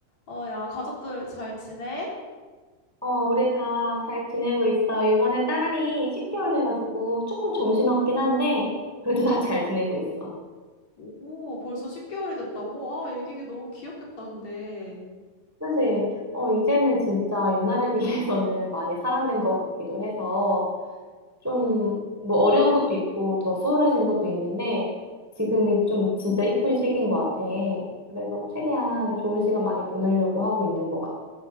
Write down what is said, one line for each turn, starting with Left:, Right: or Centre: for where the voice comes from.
Left: 어, 야, 가족들 잘 지내?
Centre: 어, 우리 다 잘 지내고 있어. 요번에 딸이 10개월 돼가지고 조금 정신없긴 한데, 그래도 다 잘 지내고 있어.
Left: 오, 벌써 10개월이 됐다고? 아, 애기가 너무 귀엽겠다, 근데.
Centre: 사실, 어, 이제는 진짜 옛날에 비해서는 많이 사람 된 것 같기도 해서, 좀, 뭐, 어려운 것도 있고, 더 수월해진 것도 있는데, 지금이 좀 진짜 이쁜 시기인 것 같아. 그래서 최대한 좋은 시간 많이 보내려고 하고 있는 것 같아.